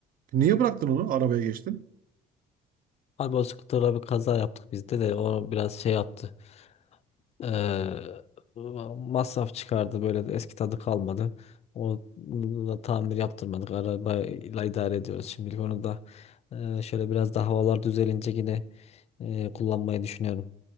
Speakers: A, on the right; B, on the left.
A: Niye bıraktın onu arabaya geçtin?
B: Abi o skuterla bir kaza yaptık bizde de o biraz şey yaptı. Ee, masraf çıkardı böyle de eski tadı kalmadı. O da tamir yaptırmadık. Arabayla idare ediyoruz şimdilik onu da. e, şöyle biraz daha havalar düzelince yine e, kullanmayı düşünüyorum.